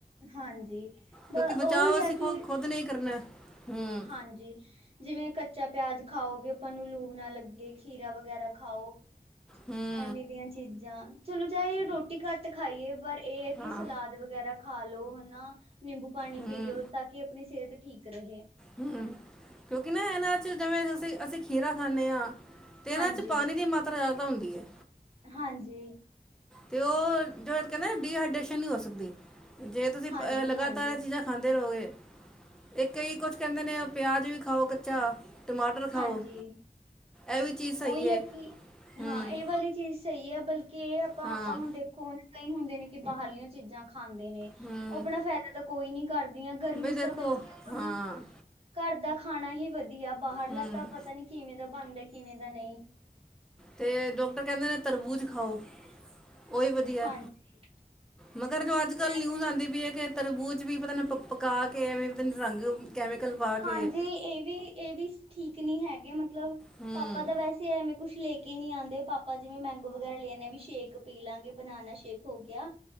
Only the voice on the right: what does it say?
ਹਾਂਜੀ ਬ
ਉਹੀ
ਆ
ਕਿ
ਹਾਂਜੀ ਜਿਵੇਂ ਕੱਚਾ ਪਿਆਜ ਖਾਓ ਵੀ ਆਪਾਂ ਨੂੰ ਲੂ ਨਾ ਲੱਗੇ ਖੀਰਾ ਵਗੈਰਾ ਖਾਓ।
ਐਵੇਂ ਦੀਆਂ ਚੀਜ਼ਾਂ ਚਲੋ ਚਾਹੇ ਰੋਟੀ ਘੱਟ ਖਾਈਏ ਪਰ ਇਹ ਐ ਕਿ
ਸਲਾਦ ਵਗੈਰਾ ਖਾ ਲਓ ਹਨਾ ਨਿੰਬੂ ਪਾਣੀ
ਪੀ ਲਓ ਤਾਂ ਕਿ ਆਪਣੀ ਸਿਹਤ ਠੀਕ ਰਹੇ।
ਹਾਂਜੀ
ਹਾਂਜੀ
ਹਾਂਜੀ
ਹਾਂਜੀ
ਹਾਂਜੀ
ਉਹੀ
ਹੈ ਕਿ
ਹਾਂ ਏ ਵਲੀ ਚੀਜ਼ ਸਈ ਹੈ ਬਲਕਿ ਇਹ ਆਪਾਂ-ਆਪਾਂ
ਹੁਣ ਦੇਖੋ ਕਈ ਹੁੰਦੇ ਨੇ ਕਿ ਬਾਹਰਲੀ ਚੀਜ਼ਾਂ ਖਾਂਦੇ ਨੇ
ਓ ਆਪਣਾ ਫਾਇਦਾ ਤਾਂ ਕੋਈ ਨੀ ਕਰਦੀ ਆਂ ਗਰਮੀ
ਚ
ਤਾਂ ਬਲਕਿ
ਓਨੂੰ ਘਰ ਦਾ ਖਾਨਾ ਹੀ ਵਦੀਆ ਬਾਹਰਲਾ
ਤਾਂ ਪਤਾ ਨੀ ਕਿਵੇਂ ਦਾ ਬਨਦਾ ਕਿਵੇਂ ਦਾ ਨਈਂ।
ਹਾਂਜੀ
ਵੈਸੇ
ਹਾਂਜੀ ਏ ਵੀ ਏ ਵੀ ਠੀਕ ਨੀ ਹੈਗੇ ਮਤਲਬ
ਪਾਪਾ ਤਾਂ ਵੈਸੇ ਤੇ ਐਵੇਂ ਕੁਛ ਲੈ ਕੇ ਨੀ ਆਂਦੇ ਪਾਪਾ ਜਿਵੇਂ ਮੈਂਗੋ ਵਗੈਰਾ ਲੈ ਆਂਨੇ ਆਂ ਵੀ ਸ਼ੇਕ ਪੀ ਲਾਂਗੇ ਬਨਾਨਾ ਸ਼ੇਕ ਹੋ ਗੇਆ।